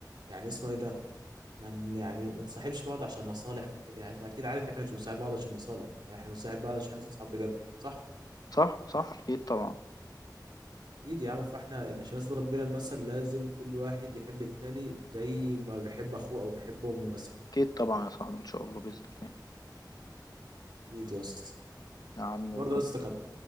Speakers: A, on the right (about 80°); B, on the left (about 60°).
A: يعني اسمه ايه ده من يعني ما نصاحبش بعض عشان مصالح كده يعني انت اكيد عارف ان احنا مش بنصاحب بعض عشان مصالح يعني احنا بنصاحب بعض عشان احنا اصحاب بجد صح
B: صح صح اكيد طبعا
A: اكيد يا عم فاحنا ان عشان نصل ربنا المثل لازم كل واحد يحب التاني زي ما بيحب اخوه او بيحب امه مثلا
B: اكيد طبعا يا صاحبي ان شاء الله باذن الله
A: اكيد يا اسطى
B: يا عم
A: برضه
B: الفضل
A: يا اسطى كان